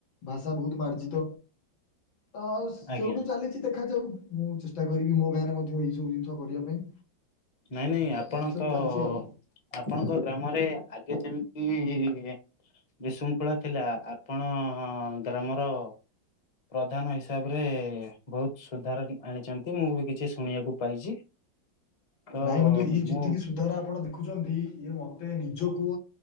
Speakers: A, on the left; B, on the left.
A: ଭାଷା ବହୁତ ମାର୍ଜିତ। ତ ସେଉଠୁ
B: ଆଜ୍ଞା
A: ଚାଲିଛି ଦେଖାଯାଉ ମୁଁ ଚେଷ୍ଟା କରିବି ମୋ ଗାଁରେ ମଧ୍ୟ ଏଇ ସବୁ ଜିନିଷ କରିବା ପାଇଁ।
B: ନାଇଁ ନାଇଁ ଆପଣଙ୍କ
A: ଏମିତି ସବୁ ଚାଲିଛି ଆଉ।
B: ଆପଣଙ୍କ ଗ୍ରାମରେ ଆଗେ ଯେମିତି ବିଶୃଙ୍ଖଳା ଥିଲା ଆପଣ ଗ୍ରାମର ପ୍ରଧାନ ହିସାବରେ ବହୁତ ସୁଧାର ଆଣିଛନ୍ତି ମୁଁ ବି କିଛି ଶୁଣିବାକୁ ପାଇଛି। ତ
A: ନାଇଁ ବନ୍ଧୁ ଇଏ ଯେତିକି
B: ମୁଁ
A: ସବୁ ସୁଧାର ଆପଣ ଦେଖୁଛନ୍ତି ଇଏ ମୋତେ ନିଜକୁ